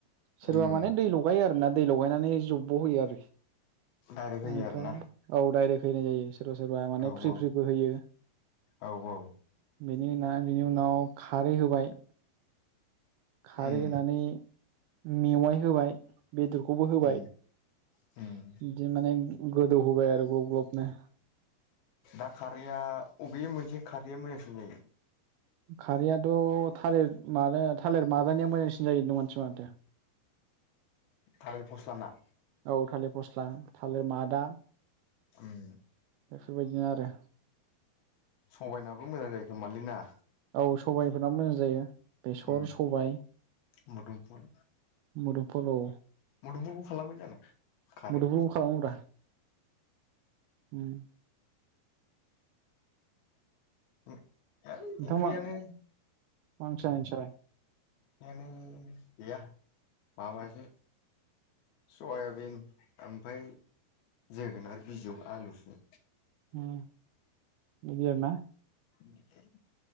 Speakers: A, on the right; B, on the left.
A: सोरबा
B: उम
A: माने दै लगायो आरोना दै लगायनानै जब्ब' होयो आरो।
B: डाइरेक्ट
A: निफ्राय
B: होयो आरोना
A: औ दडाइरेक्ट होननाय जायो। सोरबा सोरबा माने
B: औ
A: फ्रि
B: औ
A: फ्रिबो होयो
B: औ औ
A: बेनि उ बिनि उनाव खारै होबाय खारै
B: उम
A: होनानै मेवाइ होबाय बेदरखौबो होबाय
B: उम उम
A: बिदि माने गोदौ होबाय आरो ग्लब ग्लबनो
B: दा खारैया अबे मोनसे खारैया मोजांसिन जायो
A: खारैयाथ' थालिर मानो थालिर माजानाया मोजांसिन जायो होनदों मानसिफोरा माथो
B: थारायलि फसला ना
A: औ थालिर फस्ला थालिर मादा
B: ओम
A: बेफोरबायदिनो आरो
B: सबायनाबो मोजां जायोखोमोमालै ना।
A: औ सबायाइफोरा मोजां जायो बेसर
B: उम
A: सबाय
B: मुदुमफुल
A: मुदुमफुलाव
B: मुदुमफुखौ खालामबाय जानो खारै
A: मोदोमफुलखौ खालामोब्रा होम।
B: ओइ
A: नोंथांमोना
B: ओंख्रियानो
A: मांसिनो नोंसोरलाय?
B: बेनो गैया माबासो सयाबिन, ओमफ्राय जोगोनार बिजौ, आलु सो।
A: होम बिदिनो मा
B: <unintelligible>